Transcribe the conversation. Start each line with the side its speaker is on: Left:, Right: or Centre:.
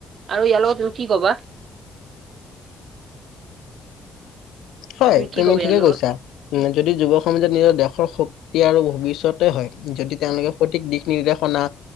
Right: আৰু ইয়াৰ লগত তুমি কি ক'বা?
Left: হয়,
Right: কি
Left: তুমি
Right: কবা ইয়াৰ
Left: ঠিকে
Right: লগত?
Left: কৈছা। যদি যুৱ সমাজে নিজৰ দেশৰ হক- ই আৰু ভৱিষ্যতে হয়, যদি তেওঁলোকে সঠিক দিশ নিৰ্দেশনা-